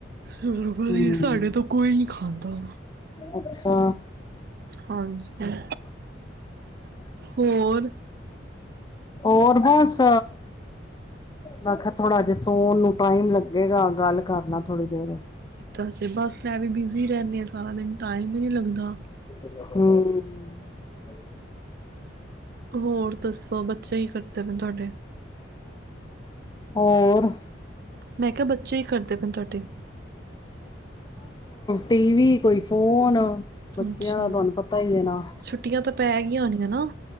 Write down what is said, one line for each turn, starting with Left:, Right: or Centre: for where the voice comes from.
Right: ਚਲੋ,
Left: ਹਮ
Right: ਵੀ ਸਾਡੇ ਤੋਂ ਕੋਈ ਨੀ ਖਾਂਦਾ
Left: ਅੱਛਾ
Right: ਹਾਂਜੀ। ਹੋਰ,
Left: ਔਰ ਬਸ ਵਖਤ ਬੜਾ ਅੱਜ ਸੌਣ ਨੂੰ ਟਾਈਮ ਲੱਗੇਗਾ, ਗੱਲ ਕਰਨਾ ਥੋੜ੍ਹੀ ਦੇਰ,
Right: ਬੈਸੇ ਬਸ ਮੈਂ ਵੀ ਬਿਜ਼ੀ ਰਹਿੰਦੀ ਹਾਂ ਸਾਰਾ ਦਿਨ ਟਾਈਮ ਹੀ ਨਹੀਂ ਲੱਗਦਾ।
Left: ਹੂੰ,
Right: ਹੋਰ ਦਸੋ, ਬੱਚੇ ਕਿ ਕਰਦੇ ਪਏ ਤੁਹਾਡੇ
Left: ਹੋਰ,
Right: ਮੈਂ ਕਿਹਾ ਬੱਚੇ ਕਿ ਕਰਦੇ ਪਾਏ ਤੁਹਾਡੇ?
Left: ਟੀਵੀ ਕੋਈ ਫੋਨ,
Right: ਅੱਛਾ
Left: ਬੱਚਿਆਂ ਦਾ ਤੁਹਾਨੂੰ ਪਤਾ ਹੀ ਹੈ ਨਾ
Right: ਛੁੱਟੀਆਂ ਤਾਂ ਪੈ ਗਈਆਂ ਹੋਣੀਆਂ ਨਾ